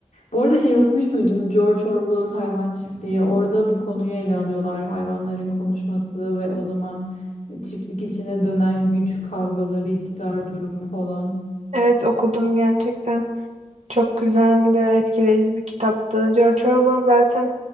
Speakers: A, on the left; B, on the right.
A: Bu arada şey okumuş muydun George Orwell'ın Hayvan Çiftliği? Orada bu konuyu ele alıyorlar hayvanların konuşması ve o zaman çiftlik içine dönen güç kavgaları, iktidar durumu falan.
B: Evet okudum gerçekten. Çok güzel ve etkileyici bir kitaptı. George Orwell'ın zaten